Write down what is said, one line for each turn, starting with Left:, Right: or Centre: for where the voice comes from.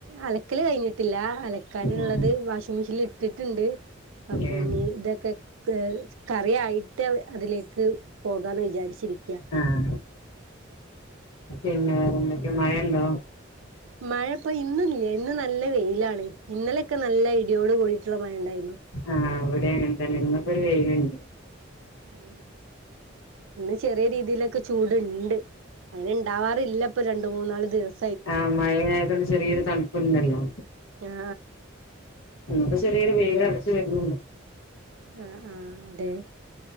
Right: അലക്കല് കഴിഞ്ഞിട്ടില്ല അലക്കാനുള്ളത്
Left: ആഹ്
Right: വാഷിംഗ് മെഷീനിൽ ഇട്ടിട്ടുണ്ട് അപ്പൊ
Left: ഏഹ്
Right: ഇനി ഇതൊക്കെ ഏ കറി ആയിട്ട് അതിലേക്ക് പോകാന്ന് വിചാരിച്ചിരിക്കുക
Left: ആഹ് പിന്നെ വേറെന്തൊക്കെ മഴണ്ടോ
Right: മഴ ഇപ്പോ ഇന്നില്ല ഇന്ന് നല്ല വെയിലാണ് ഇന്നലെയൊക്കെ നല്ല ഇടിയോട് കൂടിയിട്ടുള്ള മഴ ഉണ്ടായിരുന്നു
Left: ആഹ ഇവിടെയും അങ്ങനെത്തന്നെ ഇന്നൊക്കൊ ഒരു വെയിലുണ്ട്
Right: ഉം ഇന്ന് ചെറിയ രീതിയിലൊക്കെ ചൂടുണ്ട് അങ്ങനെ ഇണ്ടാവാറില്ല ഇപ്പൊ രണ്ട മൂന്നാല് ദിവസം.
Left: ആഹ മഴയതരു ചെറിയൊരു തണുപ്പുണ്ടല്ലോ.
Right: ആ
Left: ഇപ്പോ ചെറിയൊരു വെയിയില അരച്ച വരുന്നു.
Right: ആഹ് ആഹ് അതെ